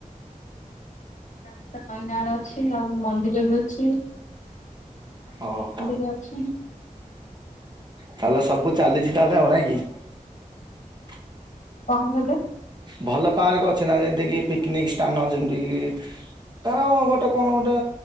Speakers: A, on the left; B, on the right.
A: ଗାଁ ରେ ତ ନଇନାଳ ଅଛି ଆଉ ମନ୍ଦିର ବି ଅଛି।
B: ଓହୋ
A: ପୋଖରୀ ବି ଅଛି
B: ତାହେଲେ ସବୁ ଚାଲିଛି ତାହେଲେ ନାଇ? <unintelligible>
A: କଣ କହିଲେ?
B: ଭଲ ପାର୍କ ଅଛି ନା ଯେମତିକି ପିକନିକ୍ ସ୍ଥାନ ଯେମିତି କିି ତାର ଗୋଟେ କଣ ଗୋଟେ